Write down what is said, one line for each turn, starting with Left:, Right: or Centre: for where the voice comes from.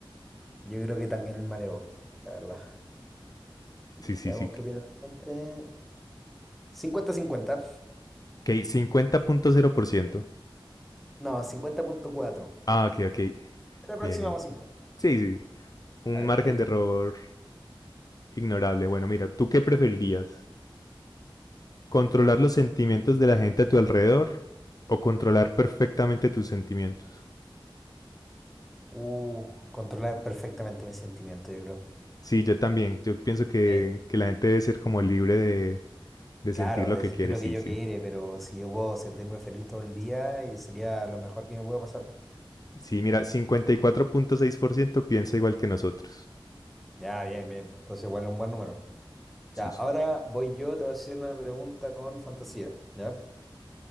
Centre: Yo creo que también el mareo, la verdad.
Left: Sí,
Centre: Veamos
Left: sí, sí.
Centre: qué opina la gente. Cincuenta-cincuenta.
Left: Ok, cincuenta punto cero por ciento
Centre: No, cincuenta punto cuatro.
Left: Ah, ok, ok.
Centre: La próxima
Left: Bien, bien.
Centre: vamos a 50.
Left: Sí, sí. Un
Centre: Dale,
Left: margen
Centre: ahí tú.
Left: de error ignorable. Bueno, mira, ¿tú qué preferirías? ¿Controlar los sentimientos de la gente a tu alrededor o controlar perfectamente tus sentimientos?
Centre: Uh, controlar perfectamente mis sentimientos, yo creo.
Left: Sí, yo también. Yo pienso que,
Centre: Sí.
Left: que la gente debe ser como libre de, de sentir
Centre: Claro,
Left: lo
Centre: de
Left: que
Centre: sentir
Left: quiere,
Centre: lo
Left: sí,
Centre: que yo
Left: sí.
Centre: quiere, pero si yo puedo sentirme feliz todo el día, eh, sería lo mejor que me pueda pasar.
Left: Sí, mira, cincuenta y cuatro punto seis por ciento piensa igual que nosotros.
Centre: Ya, bien, bien. Entonces igual es un buen número.
Left: Sí,
Centre: Ya, ahora
Left: sí.
Centre: voy yo, te voy a hacer una pregunta con fantasía, ¿ya?